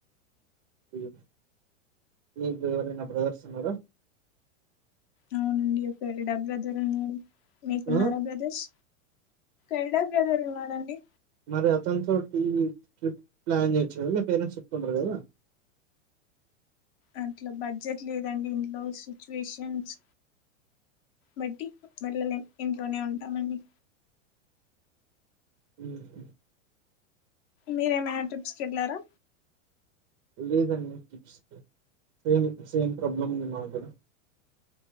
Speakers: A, on the right; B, on the left.
A: అయ్య మీ ఇంట్లో ఎవరన్న బ్రదర్స్ ఉన్నారా
B: అవునండి ఒకే ఎల్డర్ బ్రదర్ ఉన్నారు మీకున్నారా
A: ఆ
B: బ్రదర్స్ ఎల్డర్ బ్రదర్లు ఉన్నారా అండి
A: మరి అతనితో ట్రిప్ ప్లాన్ చేయొచ్చు కదా మీ పేరెంట్స్ చెప్తుంటారు కదా
B: అంట్లో బడ్జెట్ లేదండి ఇంట్లో సిచ్యువేషన్స్ బట్టి వెళ్ళలేము ఇంట్లోనే ఉంటామండి
A: ఉహూ
B: మీరేమైనా ట్రిప్స్కి వెళ్ళారా
A: లేదండి టిప్స్ సేమ్ సేమ్ ప్రాబ్లమ్ ఉంది మాకు గూడా